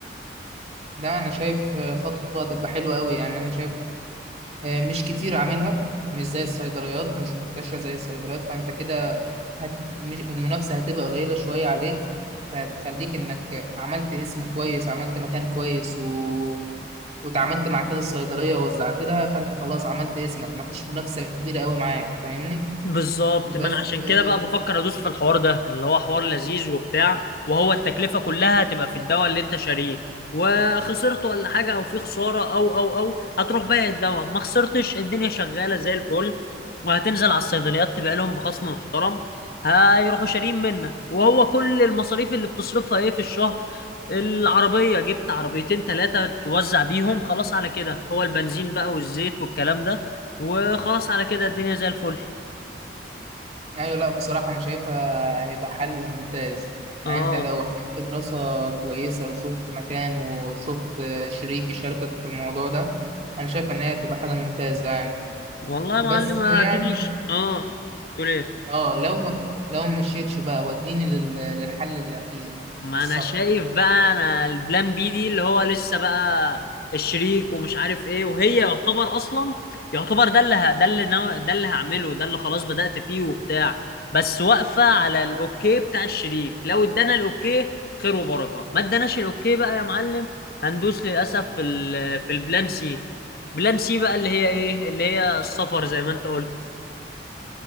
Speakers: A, on the right; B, on the left.
A: لا انا شايف آه، خطوه هتبقى حلوه قوي يعني انا شايف آه، مش كتير عاملها مش زي الصيدليات مش منتشرة زي الصيدليات فأنت كده هت... مش... المنافسة هتبقى قليلة شوية عليك فهتخليك إنك عملت اسم كويس عملت مكان كويس و... وتعاملت مع كذا صيدلية ووزعت لها فأنت خلاص عملت اسمك مفيش منافسة كبيرة قوي معاك فاهمني
B: بالظبط
A: بس
B: ما انا عشان كده
A: آه،
B: بقى بفكر ادوس في الحوار ده اللي هو حوار لذيذ وبتاع وهو التكلفه كلها هتبقى في الدواء اللي انت شاريه وخسرت ولا حاجه او في خساره او او او هتروح بايع الدواء ما خسرتش الدنيا شغاله زي الفل وهتنزل على الصيدليات تبيع لهم بخصم محترم هيروحوا شاريين منك وهو كل المصاريف اللي بتصرفها ايه في الشهر العربيه جبت عربيتين ثلاثه توزع بيهم خلاص على كده هو البنزين بقى والزيت والكلام ده وخلاص على كده الدنيا زي الفل
A: ايوه لا بصراحة أنا شايفها هيبقى حل ممتاز يعني
B: اه
A: أنت لو عملت دراسة كويسة وشفت مكان وشفت شريك يشاركك في الموضوع ده أنا شايف إن هي هتبقى حاجة ممتازة يعني
B: والله يا
A: بس
B: معلم اديني
A: يعني
B: ش- اه تقول ايه
A: أه لو ما لو ما مشيتش بقى وديني لل- للحل الأخير
B: ما
A: بالظبط
B: انا شايف بقى انا البلان بي دي اللي هو لسه بقى الشريك ومش عارف ايه وهي يعتبر اصلا يعتبر ده اللي ه- ده اللي ناو... ده اللي هعمله ده اللي خلاص بدأت فيه وبتاع بس واقفة على الاوكي بتاع الشريك لو ادانا الاوكي خير وبركة ما اداناش الاوكي بقى يا معلم هندوس للاسف في ال... في البلان سي بلان سي بقى اللي هي ايه اللي هي السفر زي ما انت قلت